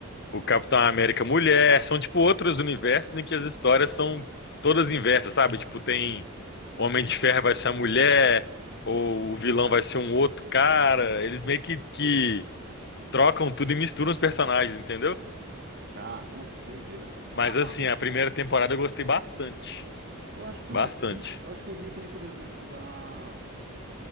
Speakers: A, on the left; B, on the right.
A: o Capitão América mulher, são tipo outros universos em que as histórias são todas inversas, sabe? Tipo, tem o Homem de Ferro vai ser a mulher, ou o vilão vai ser um outro cara. Eles meio que, que trocam tudo e misturam os personagens, entendeu?
B: Caramba, que doideira.
A: Mas
B: Ah,
A: assim, a primeira temporada eu gostei bastante,
B: eu acho que
A: bastante.
B: eu vi, eu acho que eu vi que nem, por exemplo, da.